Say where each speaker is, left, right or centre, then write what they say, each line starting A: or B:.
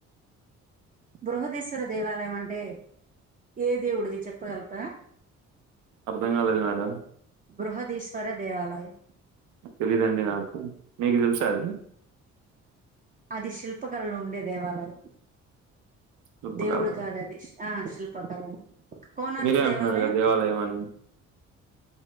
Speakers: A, on the right (about 30°); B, on the right (about 80°).
A: బృహదీశ్వర దేవాలయం అంటే ఏ దేవుడిది చెప్పగలుగుతరా
B: అర్థం కాలేదు మేడం
A: బృహదీశ్వర దేవాలయం
B: తెలీయదండి నాకు మీకు తెలుసా అది
A: అది శిల్పకళలో ఉండే దేవాలయం
B: శిల్పకళ
A: దేవుడు కాదు అది ఆ శిల్పకళ కోనార్కి
B: మీరే అంటున్నారుగా
A: దేవాలయం
B: అని